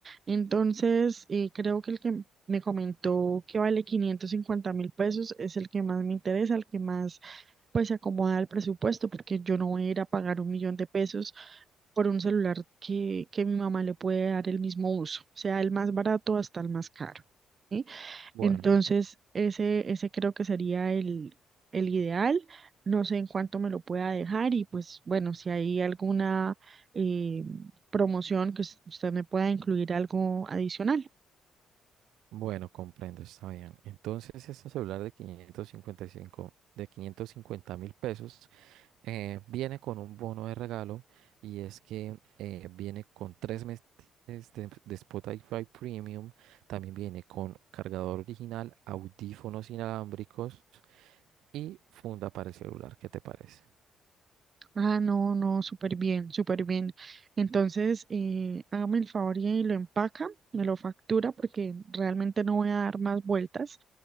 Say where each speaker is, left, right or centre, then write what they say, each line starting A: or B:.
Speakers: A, on the right; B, on the right.
A: Entonces, eh, creo que el que me comentó que vale quinientos cincuenta mil pesos es el que más me interesa, el que más pues se acomoda al presupuesto, porque yo no voy a ir a pagar un millón de pesos por un celular que, que mi mamá le puede dar el mismo uso, sea el más barato hasta el más caro. ¿sí?
B: Bueno,
A: Entonces, ese, ese creo que sería el, el ideal. No sé en cuánto me lo pueda dejar y pues bueno, si hay alguna eh, promoción que us- usted me pueda incluir algo adicional.
B: bueno, comprendo, está bien. Entonces, este celular de 555 de quinientos cincuenta mil pesos eh, viene con un bono de regalo y es que eh, viene con tres meses de, de Spotify Premium, también viene con cargador original, audífonos inalámbricos y funda para el celular. ¿Qué te parece?
A: Ah, no, no, súper bien, súper bien. Entonces, eh, hágame el favor y lo empaca, me lo factura porque realmente no voy a dar más vueltas.